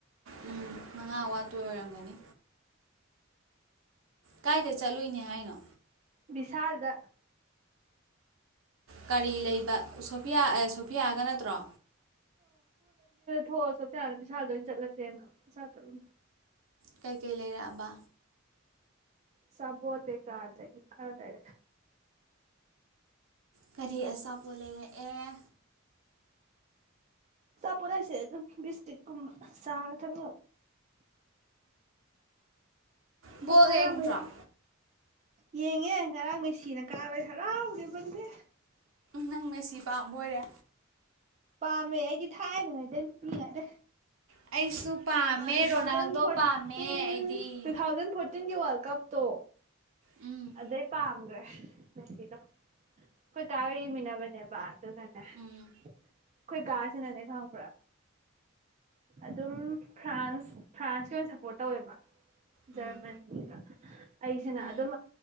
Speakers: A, on the right (about 70°); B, on the right (about 35°).
A: ꯎꯝ ꯃꯉꯥ ꯋꯥꯠꯄ ꯑꯣꯏꯔꯝꯒꯅꯤ ꯀꯥꯏꯗ ꯆꯠꯂꯨꯏꯅꯦ ꯍꯥꯏꯅꯣ
B: ꯕꯤꯁꯥꯜꯗ
A: ꯀꯔꯤ ꯂꯩꯕ ꯁꯣꯐꯤꯌꯥ ꯁꯣꯐꯤꯌꯥꯒ ꯅꯠꯇ꯭ꯔꯣ
B: ꯊꯣꯁꯣ ꯊꯅ ꯄꯩꯁꯥꯗ ꯑꯣꯏꯅꯅ ꯆꯠꯂꯁꯦꯅ ꯄꯁꯥ ꯆꯠꯂ
A: ꯀꯩꯀꯩ ꯂꯩꯔꯛꯑꯕ
B: ꯁꯕ ꯀꯦ ꯀꯗ ꯑꯔꯦ
A: ꯀꯔꯤ ꯑꯁꯥꯄꯣ ꯂꯩꯔꯦ ꯑꯦ
B: ꯆꯄꯔꯁꯦ ꯑꯗꯨ ꯕꯤꯁꯇꯤꯛ ꯀ ꯁꯅ ꯊꯪ
A: ꯕꯣꯜ
B: ꯑꯣ ꯐ
A: ꯌꯦꯡꯗ꯭ꯔꯣ
B: ꯃ ꯌꯦꯡꯉꯦ ꯉꯔꯥꯡ ꯃꯩꯁꯤꯅ ꯀꯥꯕꯩ ꯍꯔꯥꯎꯒꯦꯕꯟꯉꯦ
A: ꯅꯪꯅꯁꯤ ꯄꯥꯝꯕ ꯑꯣꯏꯔꯦ
B: ꯄꯥꯃꯦ ꯑꯩꯗꯤ ꯊꯥꯏꯅꯉꯥꯏꯗꯤ ꯅꯨꯄꯤꯉꯩꯗ
A: ꯑꯩꯁꯨ ꯄꯥꯝꯃꯦ
B: ꯇꯨ
A: ꯔꯣꯅꯥꯜꯗꯣ
B: ꯊꯥꯎꯖꯟ ꯐꯣꯔꯇꯤꯟ
A: ꯄꯥꯝꯃꯦ ꯑꯩꯗꯤ
B: ꯇꯨ ꯊꯥꯎꯖꯟ ꯐꯣꯔꯇꯤꯟ ꯐꯞꯇꯤꯟꯒꯤ ꯋꯥꯔꯜ ꯀꯞꯇꯣ
A: ꯎꯝ
B: ꯑꯗꯩ ꯄꯥꯝꯈ꯭ꯔꯦ ꯃꯦꯁꯤꯗ ꯑꯩꯣꯏ ꯇꯥꯔꯔꯤꯃꯤꯅꯥꯕꯅꯦꯕ ꯀ ꯑꯩꯈꯣꯏ
A: ꯎꯝ
B: ꯒꯥꯔꯥꯁꯅꯅꯦ ꯈꯥꯡꯕ꯭ꯔꯥ ꯑꯗꯨ ꯑꯗꯨꯝ ꯐ꯭ꯔꯥꯟꯁ ꯐ꯭ꯔꯥꯟꯁꯀꯤ ꯑꯣꯏꯅ ꯁꯞꯄꯣꯔꯠ ꯇꯧꯋꯦꯕ
A: ꯎꯝ
B: ꯖꯔꯃꯅꯤꯒ ꯑꯩꯁꯤꯅ
A: ꯎꯝ
B: ꯑꯗꯨꯝ